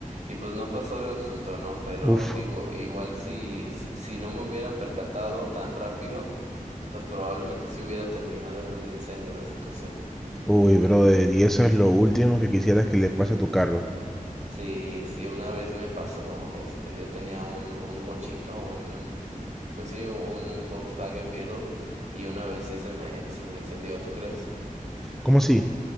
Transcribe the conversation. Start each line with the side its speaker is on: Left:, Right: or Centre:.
Right: y pues no pasó de un susto, ¿no? Pero
Centre: Uf,
Right: digo, igual si, si, si no me hubiera percatado tan rápido, pues probablemente sí hubiera terminado en un incendio la situación.
Centre: uy, brother, y eso es lo último que quisieras que le pase a tu carro.
Right: Sí, sí, una vez me pasó, este, yo tenía un, un bochito, un, pues sí, un Volkswagen Beetle, y una vez sí se me, se me incendió, ¿tú crees?
Centre: ¿Cómo sí?